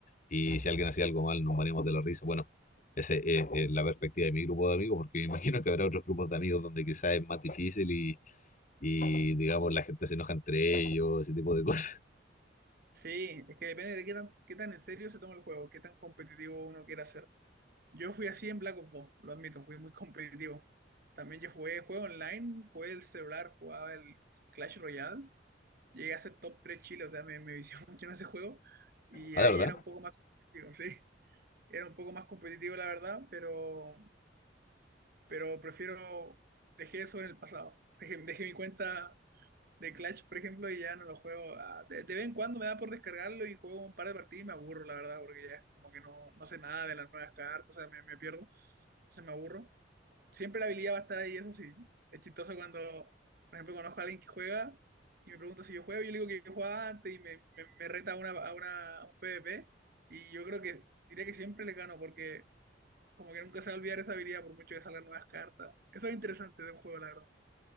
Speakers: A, on the left (about 45°); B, on the right (about 55°).
A: y si alguien hacía algo mal, nos moríamos de la risa. Bueno, esa es, es la perspectiva de mi grupo de amigos, porque me imagino que habrá otros grupos de amigos donde quizás es más difícil y, y digamos, la gente se enoja entre ellos, ese tipo de cosas. <laughs>
B: Sí, es que depende de qué tan, qué tan en serio se toma el juego, qué tan competitivo uno quiera ser. Yo fui así en Black Ops 2, lo admito, fui muy competitivo. También yo jugué juego online, jugué el celular, jugaba el Clash Royale. Llegué a ser top 3 Chile, o sea, me, me vicié <laughs> mucho en ese juego. Y
A: Ah,
B: ahí
A: ¿de verdad?
B: era un poco más competitivo, sí. Era un poco más competitivo, la verdad, pero pero prefiero, dejé eso en el pasado. Dejé, dejé mi cuenta de Clash, por ejemplo, y ya no lo juego. Ah, De, de vez en cuando me da por descargarlo y juego un par de partidas y me aburro, la verdad, porque ya es como que no, no sé nada de las nuevas cartas, o sea, me, me pierdo, entonces me aburro. Siempre la habilidad va a estar ahí, eso sí. Es chistoso cuando, por ejemplo, conozco a alguien que juega y me pregunta si yo juego, yo le digo que yo jugaba antes y me, me- me reta a, una, a, una- a un PvP y yo creo que diría que siempre le gano porque como que nunca se va a olvidar esa habilidad por mucho que salgan nuevas cartas. Eso es interesante de un juego, la verdad.